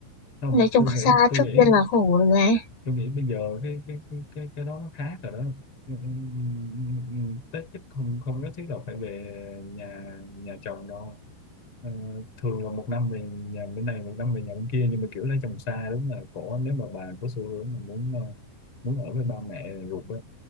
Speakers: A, on the left; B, on the left.
A: không
B: lấy chồng
A: tôi nghĩ
B: xa
A: tôi
B: trước
A: nghĩ
B: tiên là khổ rồi này
A: tôi nghĩ bây giờ cái cái cái cái, cái đó nó khác rồi đó Ừ, ừ, ừ, Tết chắc không không nhất thiết là phải về nhà nhà chồng đâu Ờ, thường là một năm về nhà bên này một năm về nhà bên kia nhưng mà kiểu lấy chồng xa đúng là khổ nếu mà bà có xu hướng mà muốn ờ, muốn ở với ba mẹ ruột á